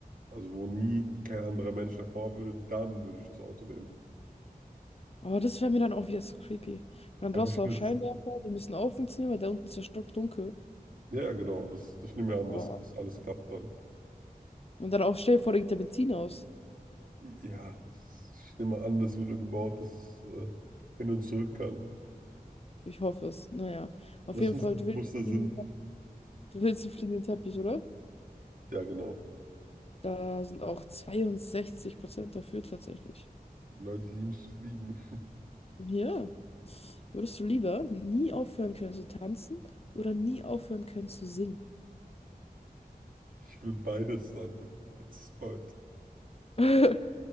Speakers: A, on the right; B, on the left.
A: Also wo nie kein anderer Mensch davor würde, dann würde ich das Auto nehmen.
B: Aber das wäre mir dann auch wieder zu creepy. Und dann
A: Aber
B: brauchst
A: ich
B: du auch
A: will
B: Scheinwerfer,
A: es.
B: die müssen auch funktionieren, weil da unten ist ja stockdunkel.
A: Ja, genau, das, ich nehme an,
B: Boah.
A: dass das alles klappt dann.
B: Und dann auch stell dir vor, da geht der Benzin aus.
A: Ja, das, ich nehme an, das wurde gebaut, dass es äh, hin und zurück kann.
B: Ich hoffe es. Naja. Auf
A: Was
B: jeden
A: ist
B: Fall,
A: ein
B: du willst,
A: bewusster Sinn?
B: einen fliegenden du willst einen fliegenden Teppich, oder?
A: Ja, genau.
B: Da sind auch 62% dafür tatsächlich.
A: Die Leute lieben es zu fliegen.
B: Ja, würdest du lieber nie aufhören können zu tanzen oder nie aufhören können zu singen?
A: Ich will beides dann. It's bald.
B: <laughs>